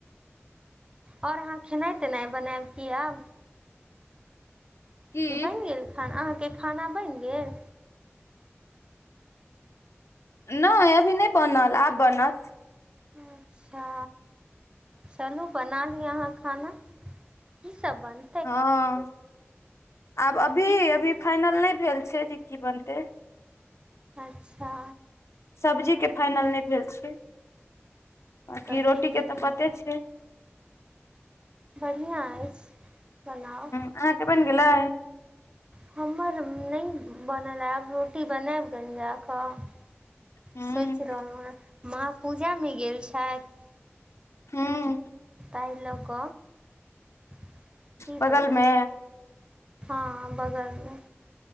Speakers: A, on the right; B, on the left.
A: आओर अहाँ खेनाइ तेनाइ बनायब कि आब।
B: की
A: ई बनि गेल खाना अहाँकेँ खाना बनि गेल
B: नहि अभी, नहि बनल, आब बनत।
A: अच्छा। चलू बनालिए अहाँ खाना कीसभ बन?
B: हँ, आब अभी,
A: की
B: अभी फाइनल नहि भेल छै जे। की बनतै।
A: अच्छा
B: सब्जीके फाइनल नहि भेल छै, बकि
A: सब्जीके
B: रोटीके
A: संग
B: तऽ पते छै।
A: बढ़िआँ अछि, बनाउ।
B: अहाँकेँ बन गेलै।
A: हमर ने बनल यिय, अब रोटी बनाब जा कऽ
B: ह
A: सोचि रहलो माँ पूजामे गेल छइथ।
B: हँ।
A: तहि लोक छै
B: बगल
A: बाएसल।
B: मे
A: हैं। बगलमे।